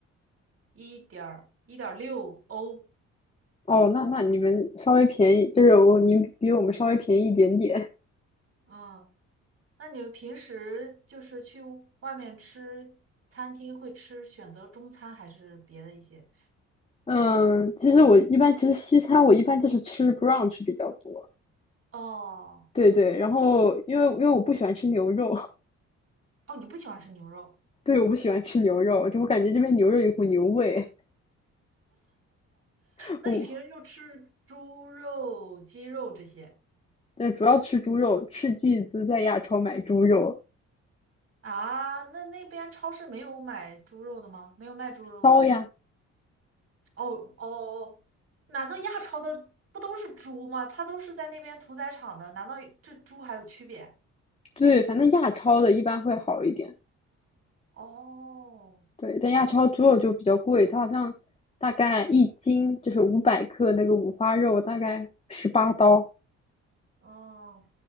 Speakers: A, on the right; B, on the left.
A: 一点一点六欧，
B: 哦，那那你们稍微便宜，就是我你们比我们稍微便宜一点点。
A: 嗯。那你们平时就是去外面吃餐厅会吃选择中餐还是别的一些？
B: 嗯，其实我一般其实西餐我一般就是吃 brunch 比较多。
A: 哦
B: 对对，然后因为因为我不喜欢吃牛肉，
A: 哦，你不喜欢吃牛肉，
B: <laughs> 对，我不喜欢吃牛肉，就我感觉这边牛肉有一股牛味。<laughs>
A: 那你平时就吃猪肉、
B: 哦，
A: 鸡肉这些
B: 但主要吃猪肉，斥巨资在亚超买猪肉，
A: 啊？那那边超市没有买猪肉的吗？没有卖猪肉的吗？
B: 骚呀，
A: 哦哦哦，难道亚超的不都是猪吗？它都是在那边屠宰场的，难道这猪还有区别？
B: 对，反正亚超的一般会好一点。
A: 哦
B: 对，但亚超猪肉就比较贵，它好像大概一斤就是五百克那个五花肉，大概十八刀。
A: 哦，